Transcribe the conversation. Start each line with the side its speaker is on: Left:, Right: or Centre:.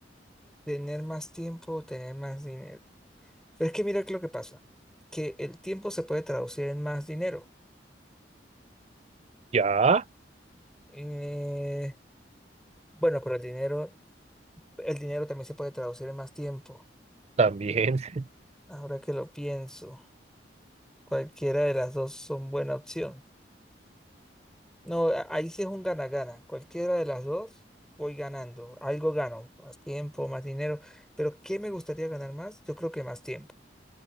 Centre: Tener más tiempo, tener más dinero. Pero es que mira que lo que pasa, que el tiempo se puede traducir en más dinero.
Right: Ya,
Centre: Eh, bueno, pero el dinero, el dinero también se puede traducir en más tiempo.
Right: también. <laughs>
Centre: Ahora que lo pienso, cualquiera de las dos son buena opción. No, a- ahí sí es un gana-gana. Cualquiera de las dos voy ganando. Algo gano, más tiempo, más dinero. Pero ¿qué me gustaría ganar más? Yo creo que más tiempo.